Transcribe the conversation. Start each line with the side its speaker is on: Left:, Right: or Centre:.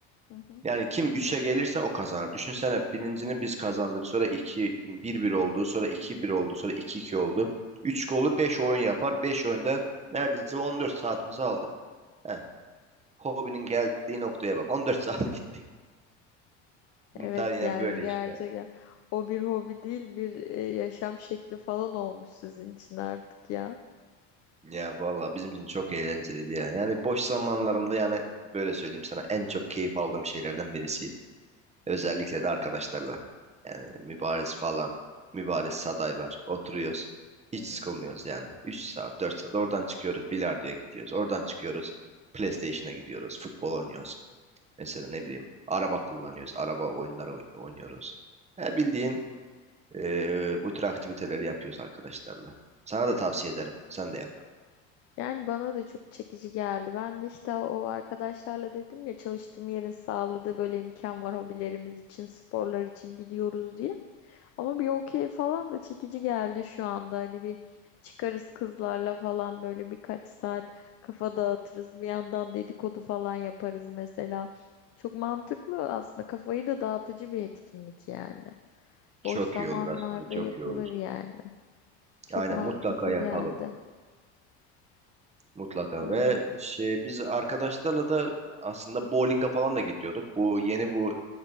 Left: Hı hı.
Right: Yani kim üçe gelirse o kazanır. Düşünsene birincini biz kazandık. Sonra iki bir bir oldu. Sonra iki bir oldu. Sonra iki iki oldu. 3 golü 5 oyun yapar. beş oyunda neredeyse 14 saatimizi aldı. Heh. Hobinin geldiği noktaya bak. 14 saat <laughs> gitti.
Left: Evet
Right: Tabii yani
Left: yani
Right: böyle
Left: gerçekten
Right: işte.
Left: o bir hobi değil bir e, yaşam şekli falan olmuş sizin için artık ya.
Right: Ya valla bizim için çok eğlenceliydi ya. Yani boş zamanlarımda yani böyle söyleyeyim sana en çok keyif aldığım şeylerden birisiydi. Özellikle de arkadaşlarla. Yani Mübariz falan. Mübariz Saday var. Oturuyoruz. Hiç
Left: Hı.
Right: sıkılmıyoruz yani. 3 saat, 4 saat. Oradan çıkıyoruz. Bilardo'ya gidiyoruz. Oradan çıkıyoruz. PlayStation'a gidiyoruz. Futbol oynuyoruz. Mesela ne bileyim. Araba kullanıyoruz. Araba oyunları oy- oynuyoruz. Ya bildiğin eee, bu tür aktiviteleri yapıyoruz arkadaşlarla. Sana da tavsiye ederim. Sen de yap.
Left: Yani bana da çok çekici geldi. Ben de işte o arkadaşlarla dedim ya çalıştığım yerin sağladığı böyle imkan var hobilerimiz için, sporlar için gidiyoruz diye. Ama bir okey falan da çekici geldi şu anda. Hani bir çıkarız kızlarla falan böyle birkaç saat kafa dağıtırız. Bir yandan dedikodu falan yaparız mesela. Çok mantıklı aslında. Kafayı da dağıtıcı bir etkinlik yani.
Right: Çok
Left: Boş zamanlarda
Right: iyi olur aslında. Çok
Left: yapılır
Right: iyi olur.
Left: yani. Çok
Right: Aynen
Left: mantıklı
Right: mutlaka yapalım.
Left: geldi.
Right: Mutlaka
Left: Evet.
Right: ve şey biz arkadaşlarla da aslında bowling'e falan da gidiyorduk. Bu yeni bu